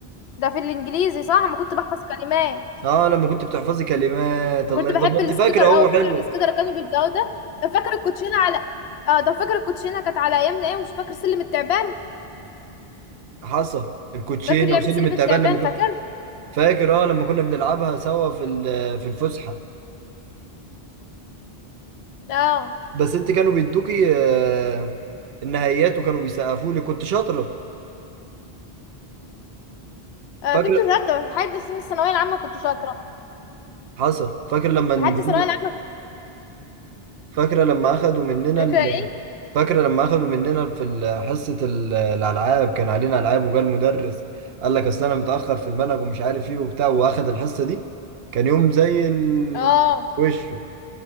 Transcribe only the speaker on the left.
ده في الانجليزي صح انا كنت بحفظ كلمات
انا
كنت بحب
السكيتر
اوي
فاكر
السكيتر اللي كانوا بيلزقوه ده ده فاكر الكوتشينة على اه ده فاكر الكوتشينة كانت على ايامنا ايه ومش فاكر سلم التعبان
فاكر لعبة
سلم
التعبان
فاكر
اه
آه،
كنت شاطرة لحد سن الثانوية العامة كنت شاطرة
لحد الثانوية العامة
فاكرة
ايه
اه